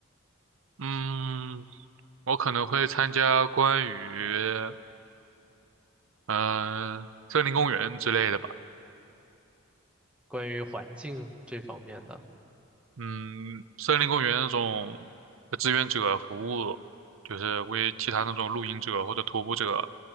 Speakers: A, on the right (about 65°); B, in the centre.
A: 嗯，我可能会参加关于嗯、呃森林公园之类的吧。
B: 关于环境这方面的。
A: 嗯，森林公园那种志愿者服务，就是为其他那种露营者或者徒步者